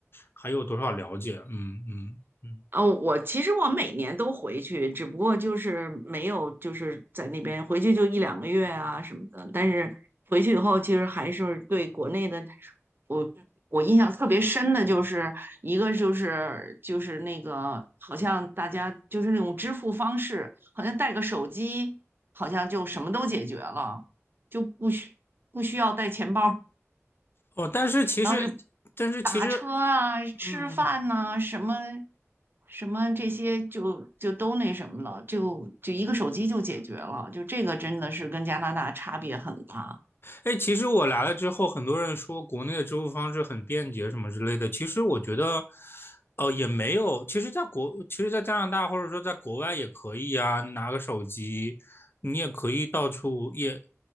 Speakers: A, on the left; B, on the right.
A: 还有多少了解，嗯嗯嗯，
B: 哦，我其实我每年都回去，只不过就是没有就是在那边回去就一两个月啊什么的。但是回去以后，其实还是对国内的，我我印象特别深的就是一个就是就是那个好像大家就是那种支付方式，好像带个手机，好像就什么都解决了，就不需不需要带钱包
A: 哦，但是其实但是其实，
B: 然后是打车啊、吃饭呐、
A: 嗯，
B: 什么什么这些就就都那什么了，就就一个手机就解决了，就这个真的是跟加拿大差别很大。
A: 哎，其实我来了之后，很多人说国内的支付方式很便捷什么之类的。其实我觉得，哦，也没有。其实，在国，其实，在加拿大或者说在国外也可以啊，你拿个手机，你也可以到处，也